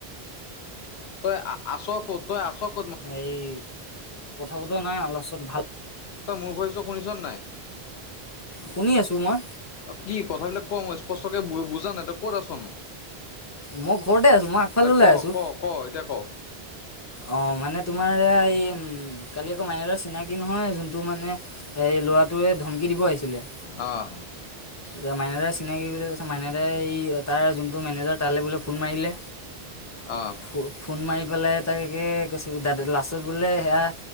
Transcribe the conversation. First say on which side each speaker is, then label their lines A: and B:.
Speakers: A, on the left; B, on the left.
A: তই আ, আ, আ'ছ কত তই আ'ছ ক-
B: এই, কথা বতৰা নাই আও লাষ্টত ভাল
A: তই মোৰ ভয়চো শুনিছ নে নাই আৰু
B: শুনি আছো মই
A: কি কথাবিলাক ক মই স্পষ্টকে বু, বুজা নাই তই ক'ত আছনো?
B: মই ঘৰতে আছো মই আগফালে
A: এ
B: ওলাই
A: ক,
B: আছো
A: ক, ক এতিয়া ক!
B: অ' মানে তোমাৰ এই উম কালি আকৌ মাইনাদাৰ চিনাকি নহয় যোনটো মানে এই এই ল'ৰাটোৱে ধমকি দিব আহিছিলে।
A: অঁ
B: য়া মাইনাদাৰ চিনাকি বোলি কৈছে মাইনাদাই এই তাৰ যোনটো মেনেজাৰ তালৈ বোলে ফোন মাৰিলে
A: অ
B: ফো, ফোন মাৰি পেলাই তাকে কৈছে- দাদা লাষ্টত বোলে সেয়া